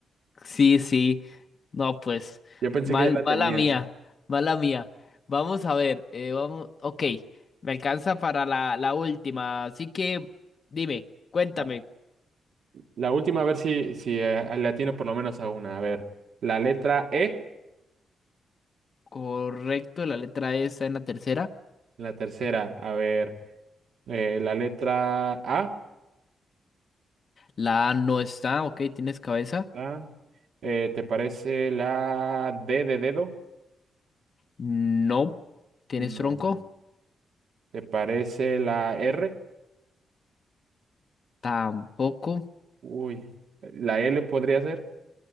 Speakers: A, on the left; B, on the right.
A: Sí, sí. No, pues,
B: Yo pensé
A: mal,
B: que ya la tenías.
A: mala mía, mala mía. Vamos a ver, eh, vamos, ok, me alcanza para la, la última, así que dime, cuéntame,
B: La la última, a ver si, si eh, le atino por lo menos a una. A ver, la letra E,
A: ¿correcto la letra E está en la tercera?
B: la tercera. A ver, eh, la letra A,
A: La A no está, ok, ¿tienes cabeza?
B: la- eh, ¿te parece la D de dedo?
A: No, ¿tienes
B: No.
A: tronco?
B: ¿Te parece la R?
A: Tampoco.
B: Uy, la L podría ser